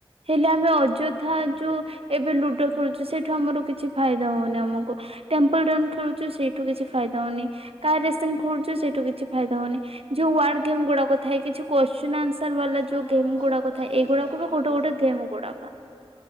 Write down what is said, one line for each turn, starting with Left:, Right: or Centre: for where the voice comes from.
Right: ହେଲେ ଆମେ ଅଯଥା ଯୋଉ ଏବେ ଲୁଡୋ ଖେଳୁଛୁ ସେଇଠୁ ଆମର କିଛି ଫାଇଦା ହଉନି ଆମକୁ ଟେମ୍ପଲ ରନ୍ ଖେଳୁଛୁ ସେଇଠୁ କିଛି ଫାଇଦା ହଉନି, କାର ରେସିଙ୍ଗ ଖେଳୁଛୁ ସେଇଠୁ କିଛି ଫାଇଦା ହଉନି, ଯୋଉ ୱାର୍ଡ ଗେମ୍ ଗୁଡାକ ଥାଏ କିଛି କ୍ବସିନ ଆନ୍ସ୍ଵର ବାଲା
Left: ହଁ
Right: ଯୋଉ ଗେମ୍
Left: ପଜଲ
Right: ଗୁଡାକ
Left: ପଜଲ
Right: ଥାଏ ଏଇଗୁାକୁ
Left: ଗେମ୍
Right: ଗୋଟେ ଗୋଟେ
Left: ଥାଏ
Right: ଗେମ୍ ଗୁଡାକ।